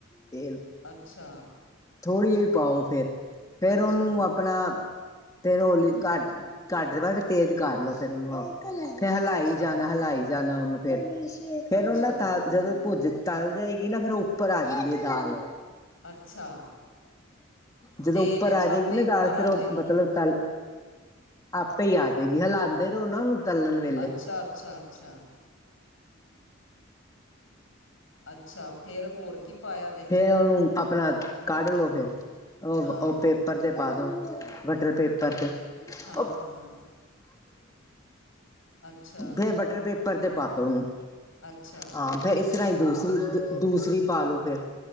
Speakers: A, on the left; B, on the left.
A: ਤੇਲ।
B: ਅੱਛਾ।
A: ਥੋੜੀ ਜਈ ਪਾਓ ਫੇਰ ਫੇਰ
B: ਅੱਛਾ,
A: ਓਨੂੰ ਆਪ ਅਪਣਾ ਫੇਰ ਹੋਲੀ ਘੱਟ ਘੱਟ ਵਾ ਤੇ ਤੇਜ਼ ਕਰ ਲੋ ਫੇਰ ਓਨੂੰ। ਫੇਰ ਹਲਾਈ
B: ਅੱਛਾ,
A: ਜਾਣਾ ਹਲਾਈ ਜਾਣਾ ਓਨੂੰ ਫੇਰ ਫੇਰ
B: ਅੱਛਾ,
A: ਓ ਨਾ ਤਲ ਜਦੋਂ ਭੁਜ ਤਲ ਜਾਏਗੀ ਨਾ ਫੇਰ ਓ ਉੱਪਰ ਆ ਜਾਂਦੀ ਏ ਦਾਲ।
B: ਅੱਛਾ
A: ਜਦੋਂ
B: ਤੇਲ
A: ਉੱਪਰ
B: ਏਚ
A: ਆ
B: ਆਪੇ
A: ਜੇਗੀ ਨਾ
B: ਈ ਉੱਪਰ
A: ਦਾਲ
B: ਆ
A: ਫੇਰ ਓ
B: ਜੇਗੀ।
A: ਮਤਲਬ ਤਲ, ਆਪੇ ਈ ਆ ਜੇਗੀ ਹਲਾਂਦੇ ਰਹੋ ਨਾ ਓਨੂੰ। ਤਲਣ ਵੇਲੇ।
B: ਅੱਛਾ, ਅੱਛਾ, ਅੱਛਾ, ਅੱਛਾ। ਫੇਰ ਹੋਰ ਕੀ ਪਾਇਆ ਵਿੱਚ?
A: ਫੇਰ ਓਨੂੰ ਅਪਣਾ ਕੱਢ ਲੋ ਫੇਰ। ਓ
B: ਹਾਂ,
A: ਓ ਪੇ ਪੇਪਰ ਤੇ ਪਾ ਦੋ। ਬਟਰ ਪੇਪਰ ਤੇ।
B: ਹਾਂ
A: ਉਹ
B: ਹਾਂ। ਅੱਛਾ,
A: ਫਿਰ ਬਟਰ ਪੇਪਰ ਤੇ ਪਾ ਤੋ ਉਹਨੂੰ
B: ਅੱਛਾ
A: ਹਾਂ ਫਿਰ ਇਸ ਤਰਾ ਹੀਂ ਦੂਸਰੀ, ਦੂਸਰੀ ਪਾਲੋ ਫੇਰ